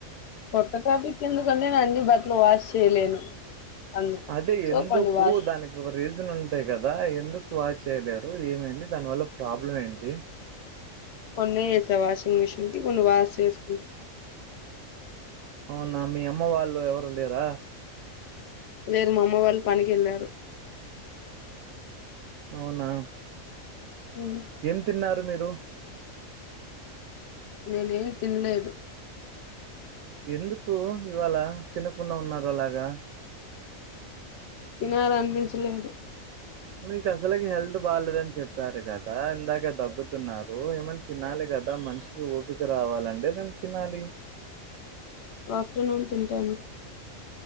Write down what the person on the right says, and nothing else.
అదే
ఎందుకు
దానికి ఒక రీజన్ ఉంటాయి కదా ఎందుక్ వాచ్ చేయలేరు ఏమేంది దాని వల్ల ప్రాబ్లం ఏంటి
అవునా మీ అమ్మ వాళ్ళు ఎవరులేరా
అవునా
ఏం తిన్నారు మీరు
ఎందుకు ఇవాళ తినకుండా ఉన్నారు అలాగా
మీకు అసలకి హెల్త్ బాలేదని చెప్పారు కదా ఇందాక దగ్గుతున్నారు ఏమని తినాలి కదా కదా మనిషికి ఓపిక రావాలంటే నేను తినాలి